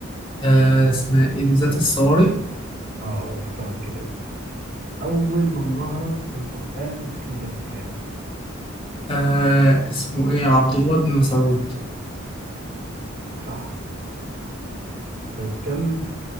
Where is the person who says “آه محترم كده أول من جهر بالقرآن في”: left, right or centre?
Right